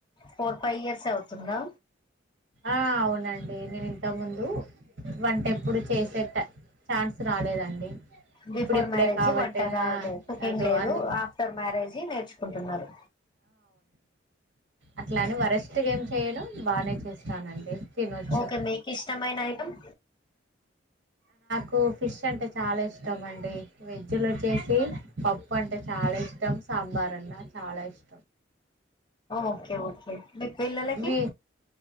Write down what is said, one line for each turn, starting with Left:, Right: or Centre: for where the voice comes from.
Left: ఫోర్ ఫైవ్ ఇయర్స్ అవుతుందా
Right: ఆ అవునండి నేను ముందు వంట ఎప్పుడు చేసే ఛాన్స్ రాలేదండి.
Left: బిఫోర్
Right: ఇప్పుడిప్పుడే
Left: మ్యారేజి
Right: కాబట్టి
Left: వంట రాదు
Right: ఆ
Left: కుకింగ్
Right: అదో
Left: లేదు
Right: అందుకు
Left: ఆఫ్టర్ మ్యారేజీ నేర్చుకుంటున్నారు.
Right: అట్లా అని వరస్ట్ గా ఏం చేయను బానే చేస్తానండి తినొచ్చు
Left: ఓకే మీకిష్టమైన ఐటమ్
Right: నాకు ఫిష్ అంటే చాలా ఇష్టం అండి వెజ్లో వచ్చేసి పప్పు అంటే చాలా ఇష్టం సాంబార్ అన్నా చాలా ఇష్
Left: ఓకే ఓకే మీ పిల్లలకి
Right: మీ